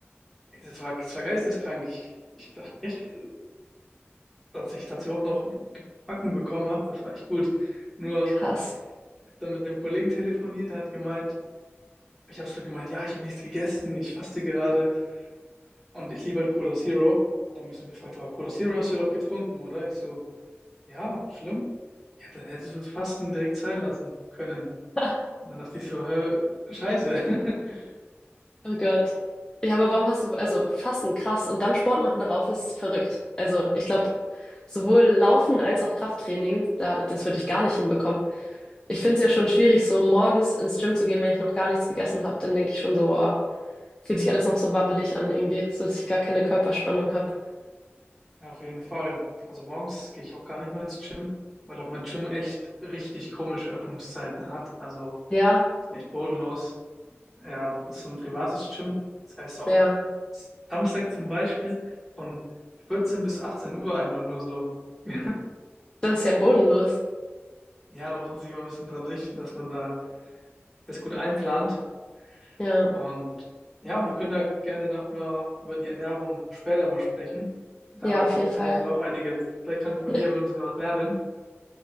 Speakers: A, in the centre; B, on the left.
A: das war, das war geisteskrank. Ich, ich dachte echt, dass ich das überhaupt noch gebacken bekommen habe. Das war echt gut. Nur,
B: krass.
A: ich habe dann mit einem Kollegen telefoniert, der hat gemeint, ich habe so gemeint, ja, ich habe nichts gegessen, ich faste gerade und ich liebe halt Cola Zero. Hat er mich so gefragt, aber Cola Zero hast du ja doch getrunken, oder? Ich so, ja, schlimm. Ja, dann hättest du das Fasten direkt sein lassen können.
B: <laughs>
A: Und dann dachte ich so, hä, scheiße. <laughs>
B: Oh Gott. Ja, aber warum hast du, also Fasten, krass. Und dann Sport machen darauf ist verrückt. Also ich glaube, sowohl Laufen als auch Krafttraining, da, das würde ich gar nicht hinbekommen. Ich finde es ja schon schwierig, so morgens ins Gym zu gehen, wenn ich noch gar nichts gegessen habe. Dann denke ich schon so, oh, fühlt sich alles noch so wabbelig an irgendwie, so dass ich gar keine Körperspannung habe.
A: Ja, auf jeden Fall. Also morgens gehe ich auch gar nicht mehr ins Gym, weil auch mein Gym echt richtig komische Öffnungszeiten hat. Also,
B: Ja,
A: die sind echt bodenlos. Ja, das ist so ein privates Gym. Das heißt auch
B: ja,
A: Samstag zum Beispiel von 14 bis 18 Uhr einfach nur so. <laughs>
B: das ist ja bodenlos.
A: Ja, da muss man sich immer ein bisschen dran richten, dass man da das gut einplant.
B: Ja,
A: Und ja, wir können da gerne nachher über die Ernährung später mal sprechen. Da
B: ja, auf
A: kann
B: jeden
A: ich
B: Fall.
A: dir auf jeden Fall auch einiges, vielleicht kann ich von
B: <laughs>
A: dir mal ein bisschen was lernen.